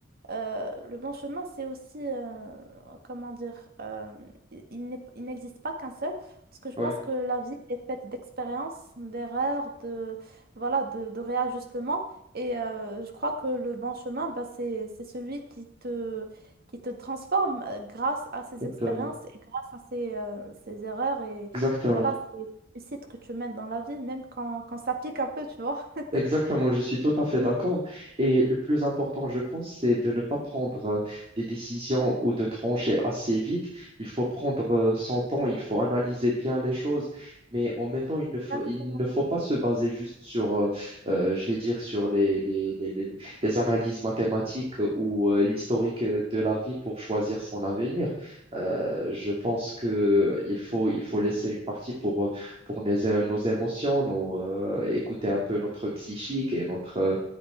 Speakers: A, on the right; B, on the right.
A: euh, le bon chemin, c'est aussi, euh, comment dire, euh, il, il n'est- il n'existe pas qu'un seul, parce que je
B: Ouais,
A: pense que la vie est faite d'expériences, d'erreurs, de, voilà, de, de réajustements. Et euh, je crois que le bon chemin, bah, c'est, c'est celui qui te qui te transforme euh, grâce à ces
B: exactement.
A: expériences et grâce à ces, euh, ces erreurs. Et
B: Exactement.
A: voilà, c'est réussite que tu mènes dans la vie, même quand, quand ça pique un peu, tu vois. <laughs>
B: Exactement, je suis tout à fait
A: Ouais,
B: d'accord. Et le plus important, je pense, c'est de ne pas prendre euh, des décisions ou de trancher assez vite. Il faut prendre euh, son temps, il faut analyser bien les choses, mais en même temps, il ne faut,
A: Exactement.
B: il ne faut pas se baser juste sur, euh, euh, je vais dire, sur les, les, les, les- les analyses mathématiques euh, ou euh, l'historique euh, de la vie pour choisir son avenir. Euh, je pense que il faut, il faut laisser une partie pour euh, pour les- nos émotions, nous, euh, écouter un peu notre psychique et notre,